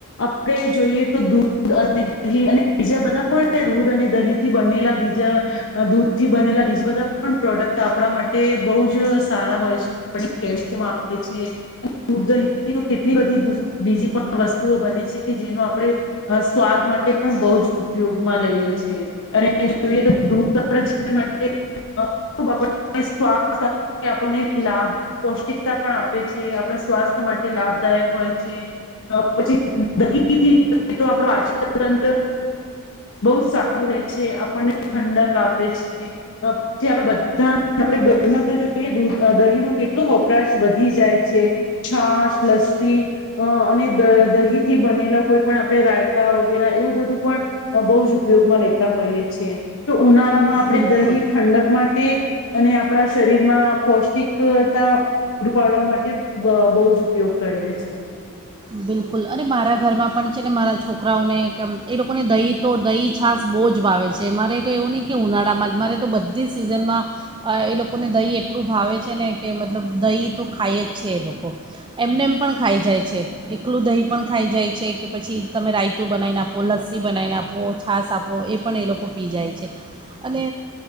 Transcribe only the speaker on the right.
બિલકુલ
બિલકુલ અને મારા ઘરમાં પણ છે ને મારા છોકરાઓને કેમ એ લોકોને દહીં તો દહીં છાસ બહુ જ ભાવે છે મારે તો એવું નહીં કે ઉનાળામાં જ મારે તો બધી જ સિઝનમાં એ લોકોને દહીં એટલું ભાવે છે ને કે મતલબ દહીં તો ખાય જ છે એ લોકો એમને એમ પણ ખાઈ જાય છે. એકલું દહીં પણ ખાઈ જાય છે કે પછી તમે રાયતું બનાવી આખો લસ્સી બનાવીને આપો કે છાસ આપો એ પણ એ લોકો પી જાય છે અને